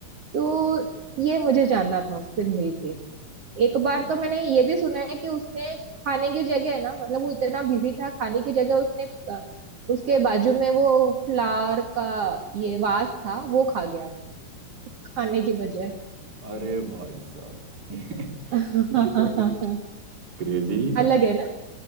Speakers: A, on the right (about 50°); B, on the right (about 30°).
A: तो ये मुझे जानना था उससे मिलके एक
B: ओहो।
A: बार तो मैंने ये भी सुना है कि उसने खाने की जगह ना मतलब वो इतना बिजी था खाने की जगह उसने अ, उसके बाजू में वो फ्लावर का ये वास था वो खा गया था खाने की बजाय
B: अरे भाई साहब <laughs> ये,
A: <laughs>
B: ये तो कुछ क्रेजी ही
A: अलग
B: था
A: है ना